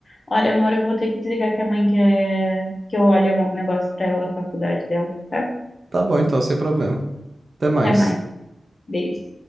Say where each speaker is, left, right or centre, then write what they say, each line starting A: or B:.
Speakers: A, on the left (about 40°); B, on the right (about 40°).
A: Olha, amor, eu vou ter que desligar que a mãe quer que eu olhe um negócio pra ela da faculdade dela, tá?
B: Tá bom, então, sem problema. Até mais.
A: Até mais. Beijo.